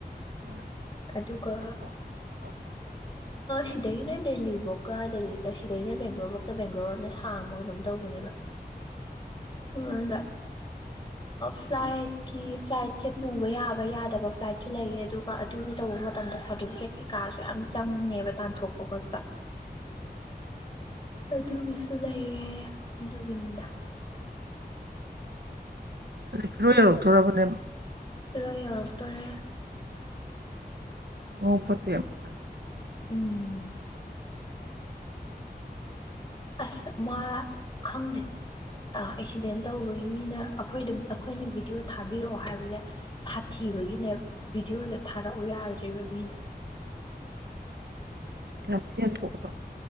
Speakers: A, on the right; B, on the left.
A: ꯍꯣꯏ
B: ꯑꯗꯨꯒ ꯁꯤꯗꯩꯅ ꯗꯦꯜꯂꯤꯐꯧꯀ ꯗꯦꯜꯂꯤ ꯁꯤꯗꯩꯅ ꯕꯦꯡꯒ꯭ꯂꯣꯔꯐꯧꯇ ꯕꯦꯡꯒ꯭ꯂꯣꯔꯅ ꯁꯥꯡꯕꯒ ꯑꯗꯨꯝ ꯇꯧꯕꯅꯦꯕ ꯑ ꯑꯗ ꯐ꯭ꯂꯥꯏꯠꯀꯤ ꯐ꯭ꯂꯥꯏꯠꯁꯦ ꯄꯨꯕ ꯌꯥꯕ ꯌꯥꯗꯕ ꯐ꯭ꯂꯥꯏꯠꯁꯨ ꯂꯩꯌꯦ ꯑꯗꯨꯒ ꯑꯗꯨꯒꯤ ꯇꯧꯕ ꯃꯇꯝꯗ ꯁꯥꯔꯇꯤꯐꯤꯀꯦꯠ ꯀꯩ ꯀꯥꯁꯨ ꯌꯥꯝ ꯆꯪꯉꯦꯕ ꯇꯥꯟꯊꯣꯛꯄ ꯈꯣꯠꯄ ꯑꯗꯨꯒꯤꯁꯨ ꯂꯩꯔꯦ ꯑꯗꯨꯒꯤꯅꯤꯗ
A: ꯍꯧꯖꯤꯛ ꯐꯤꯔꯣ ꯌꯧꯔꯛꯇꯣꯔꯔꯕꯅꯦ
B: ꯔꯣꯏ ꯌꯧꯔꯛꯇꯣꯔꯦ
A: <unintelligible> ꯃꯇꯝ
B: ꯎꯝ ꯑꯁ ꯃꯥ ꯈꯪꯗꯦ ꯑꯦꯛꯁꯤꯗꯦꯟ ꯇꯧꯕꯒꯤ ꯃꯤꯅ ꯑꯩꯈꯣꯏꯗ ꯑꯩꯈꯣꯏꯅ ꯚꯤꯗꯤꯑꯣ ꯊꯥꯕꯤꯔꯛꯑꯣ ꯍꯥꯏꯕꯗ ꯁꯥꯊꯤꯕꯒꯤꯅꯦ ꯚꯤꯗꯤꯑꯣꯖꯦ ꯊꯥꯔꯛꯎ ꯌꯥꯗ꯭ꯔꯤꯕ ꯃꯤꯅ
A: ꯀꯌꯥꯝꯊꯤꯅ ꯁꯣꯛꯑꯕ